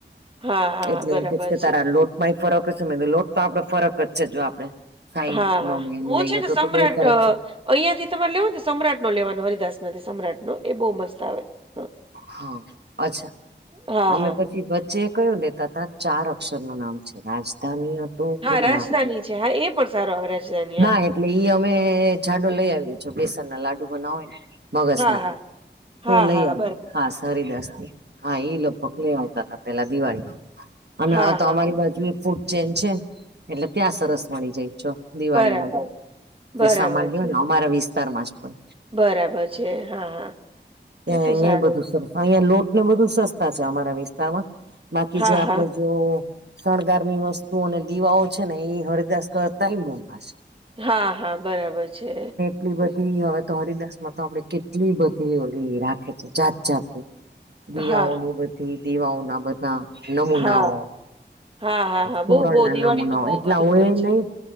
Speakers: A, on the right; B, on the right.
A: હા હા
B: એટલે
A: બરાબર
B: એમ કે છે, કે તારા લોટમાંય ફરક હસે લોટ તો આપડે ફરક જ છે, જો આપડે સાઈ
A: હા હા
B: નો ને એમ
A: હું
B: લઈએ
A: છે, ને
B: તો
A: સમ્રાટ
B: તો બહુ ફરક છે
A: અહિયા થી તમારે લેવ સમ્રાટ નો લેવાનો હરિદાસમાંથી સમ્રાટ નો એ બો મસ્ત આવે છે.
B: હા અચ્છા
A: હા
B: અમે
A: હા
B: પછી પા જે કયુ લેતાતા ચાર અક્ષર નું નામ છે, રાજધાની હતું
A: હા
B: કે
A: રાજધાની
B: ના
A: છે, હા એ પણ સારું આવે રાજધાની આ
B: ના એટલે ઈ અમે જાડો લઈ આવીએ બેસનના લાડુ બનાવે ને મગસના
A: હા
B: તો
A: હા
B: લઈ
A: હા
B: આવયે
A: હા બરાબર
B: ખાસ હરિદાસથી હા એ લગભગ લઈ આવતા તા પેલા દિવાળી અને
A: હા
B: હવે તો
A: હા
B: અમારી બાજુએ ફૂડ ચેન છે, એટલે ત્યાં સરસ મળી જાય ચો દિવાળીનું
A: બરાબર બરાબર
B: એ સામાન લેન
A: છે
B: હોય ને અમારા વિસ્તારમાં જ પણ
A: બરાબર છે, હા હા
B: ત્યાં
A: તો
B: અહિયાંય
A: તો સારું
B: બધું સરસ અહિયાં લોટને બધું સસ્તા છે, અમારા વિસ્તારમાં બાકી
A: હા
B: જે આપડે
A: હા
B: જો શણગારની વસ્તુઓ અને દીવાઓ છે, ઈ હરિદાસ કરતાય મોંઘા છે.
A: હા હા બરાબર છે.
B: કેટલી બધી હવે તો હરિદાસ માં તો આપડે કેટલી બધી ઓલી રાખે છે જાત જાત દીવાઓની
A: હા
B: બધી દીવાઓના બધા નમૂનાઓ.
A: હા હા હા હા
B: તોરણ
A: બહુ બહુ દિવાળીમાં
B: ના નમૂનાઓ
A: બહુ
B: એટલા
A: બધું
B: હોય
A: છે
B: નહી.